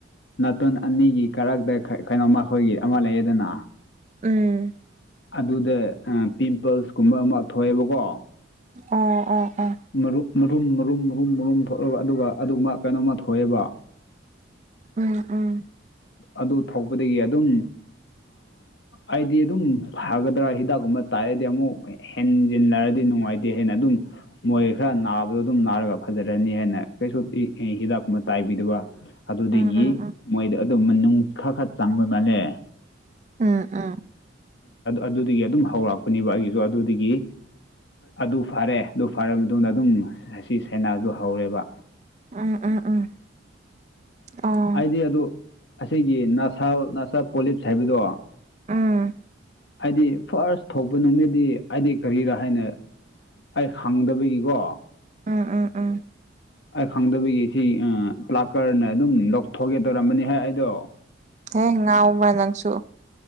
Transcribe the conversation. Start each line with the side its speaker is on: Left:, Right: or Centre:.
Left: ꯅꯥꯇꯨꯟ ꯑꯅꯤꯒꯤ ꯀꯔꯛꯇ ꯀꯩꯅꯣꯝꯃ ꯑꯩꯈꯣꯏꯒꯤ ꯑꯃ ꯂꯩꯌꯦꯗꯅ
Right: ꯎꯝ
Left: ꯑꯗꯨꯗ ꯄꯤꯝꯄꯜꯁꯀꯨꯝꯕ ꯑꯃ ꯊꯣꯛꯑꯦꯕꯀꯣ
Right: ꯑꯣ ꯑꯣ ꯑꯣ
Left: ꯃꯔꯨꯝ ꯃꯔꯨꯝ ꯃꯔꯨꯝ ꯃꯔꯨꯝ ꯃꯔꯨꯝ ꯊꯣꯛꯂꯒ ꯑꯗꯨꯒ ꯑꯗꯨꯒꯨꯝꯕ ꯀꯩꯅꯣꯝꯃ ꯊꯣꯛꯑꯦꯕ
Right: ꯎꯝ ꯎꯝ
Left: ꯑꯗꯨ ꯊꯣꯛꯄꯗꯒꯤ ꯑꯗꯨꯝ ꯑꯩꯗꯤ ꯑꯗꯨꯝ ꯐꯒꯗ꯭ꯔꯥ ꯍꯤꯗꯥꯛꯀꯨꯝꯕ ꯇꯥꯛꯑꯑꯗꯤ ꯑꯃꯨꯛ ꯍꯦꯟꯖꯤꯟꯅꯔꯗꯤ ꯅꯨꯡꯉꯥꯏꯇꯦ ꯍꯥꯏꯅ ꯑꯗꯨꯝ ꯃꯣꯏ ꯈꯔ ꯅꯥꯕꯗꯣ ꯑꯗꯨꯝ ꯅꯥꯔꯒ ꯐꯖꯔꯅꯤ ꯍꯥꯏꯅ ꯀꯩꯁꯨ ꯍꯤꯗꯥꯛ ꯑꯃ ꯇꯥꯏꯕꯤꯗꯕ ꯑꯗꯨꯗꯒꯤ
Right: ꯎꯝ ꯎꯝ
Left: ꯃꯣꯏꯗ ꯑꯗꯨꯝ ꯃꯅꯨꯡ ꯈꯔ ꯈꯔ ꯆꯪꯕ ꯃꯥꯜꯂꯦ
Right: ꯎꯝ ꯎꯝ
Left: ꯑꯗꯨꯗꯒꯤ ꯑꯗꯨꯝ ꯍꯧꯔꯛꯄꯅꯦꯕ ꯑꯩꯒꯤꯁꯨ ꯑꯗꯨꯗꯒꯤ ꯑꯗꯨ ꯐꯔꯦ ꯑꯗꯨ ꯐꯔꯕ ꯃꯇꯨꯡꯗ ꯑꯗꯨꯝ ꯑꯁꯤ ꯁꯥꯏꯅꯥꯗꯨ ꯍꯧꯔꯦꯕ
Right: ꯎꯝ ꯎꯝ ꯎꯝ ꯑꯣ
Left: ꯑꯩꯗꯤ ꯑꯗꯨ ꯑꯁꯤꯒꯤ ꯅꯁꯥ ꯅꯁꯥ ꯄꯣꯂꯤꯞꯁ ꯍꯥꯏꯕꯗꯣ
Right: ꯎꯝ
Left: ꯍꯥꯏꯗꯤ ꯐꯥꯔꯁ ꯊꯣꯛꯄ ꯅꯨꯃꯤꯠꯗꯤ ꯑꯩꯗꯤ ꯀꯔꯤꯔꯥ ꯍꯥꯏꯅ ꯑꯩ ꯈꯪꯗꯕꯒꯤꯀꯣ
Right: ꯎꯝ ꯎꯝ ꯎꯝ
Left: ꯑꯩ ꯈꯪꯗꯕꯒꯤ ꯁꯤ ꯄ꯭ꯂꯥꯀꯔꯅ ꯑꯗꯨꯝ ꯂꯧꯊꯣꯛꯒꯦ ꯇꯧꯔꯝꯕꯅꯤ ꯍ‌ꯦ ꯑꯩꯗꯣ
Right: ꯍꯦ ꯉꯥꯎꯕ꯭ꯔꯥ ꯅꯪꯁꯨ